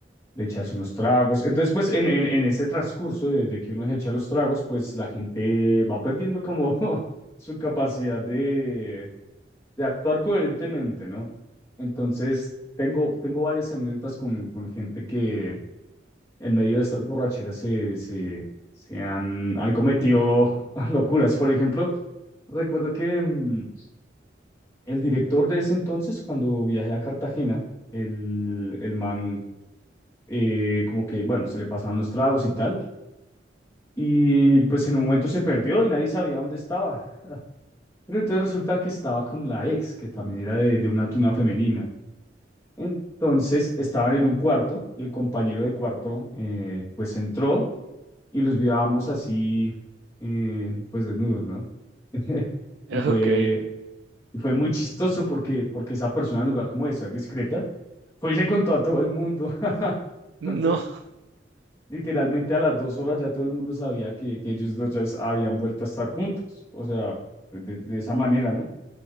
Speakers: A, on the left (about 15°); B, on the right (about 70°).
A: de echarse unos tragos. Entonces, pues en, en, en ese transcurso de, de que uno se echa los tragos, pues la gente va perdiendo como <laughs> su capacidad de, de actuar coherentemente, ¿no? Entonces, tengo, tengo varias anécdotas con, con gente que en medio de estas borracheras se, se, se han, han cometido <laughs> locuras. Por ejemplo, recuerdo que mm, el director de ese entonces, cuando viajé a Cartagena, el, el man eh, como que, bueno, se le pasaron los tragos y tal, y pues en un momento se perdió y nadie sabía dónde estaba. Pero entonces resulta que estaba con la ex, que también era de, de una tuna femenina. Entonces estaban en un cuarto y el compañero de cuarto eh, pues entró y los vio a ambos así, eh, pues desnudos, ¿no? <laughs> Y
B: <laughs>
A: fue,
B: Ok.
A: y fue muy chistoso porque, porque esa persona, en lugar como de ser discreta, fue y le contó a todo el mundo. <laughs> Entonces,
B: No.
A: Literalmente a las dos horas ya todo el mundo sabía que, que ellos dos ya es- habían vuelto a estar juntos, o sea, de, de- de esa manera, ¿no?